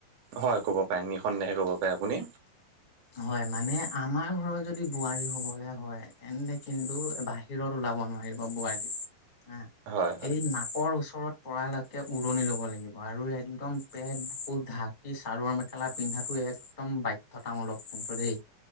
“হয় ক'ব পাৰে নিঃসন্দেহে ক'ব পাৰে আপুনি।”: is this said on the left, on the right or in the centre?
Right